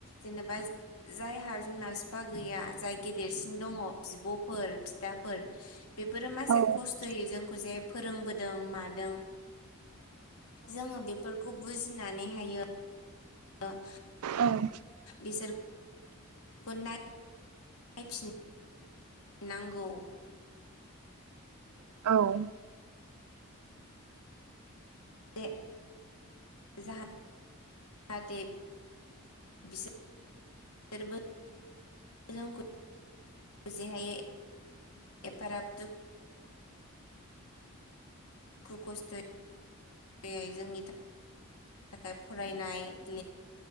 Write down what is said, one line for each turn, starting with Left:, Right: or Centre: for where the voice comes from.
Left: जेनेबा जायहा बिमा बिफा गैया जाय गेदेरसिन दङ बिब'फोर बिदाफोर बेफोरो मानसे
Right: औ औ
Left: खस्थ' जोंखौ जे फोरोंबोदों मादों जोङो बेफोर खौ बुजिनानै हायो। <unintelligible>
Right: औ
Left: बिसोर गुड नाइ नाय फिन नांगौ।
Right: औ
Left: जे जाहा थे बिसोरबो जोंखौ जेहायै एफाराब दु। दुखु खस्थ'यैै जोंनि थाखाय थाखाय फरायनाय लि